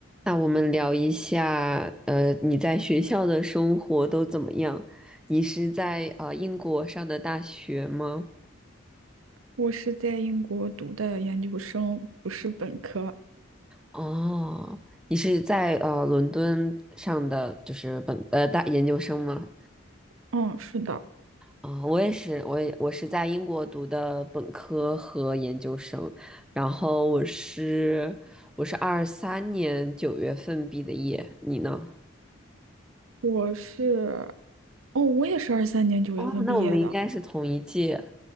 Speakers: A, in the centre; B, on the right.
A: 那我们聊一下，呃，你在学校的生活都怎么样？你是在呃英国上的大学吗？
B: 我是在英国读的研究生，不是本科。
A: 哦，你是在呃伦敦上的就是本呃大研究生吗？
B: 嗯，是的，
A: 啊、我也是，我也我是在英国读的本科和研究生，然后我是我是二三年九月份毕的业，你呢？
B: 我是，哦，我也是二三年九月份毕业的。
A: 哦，那我们应该是同一届。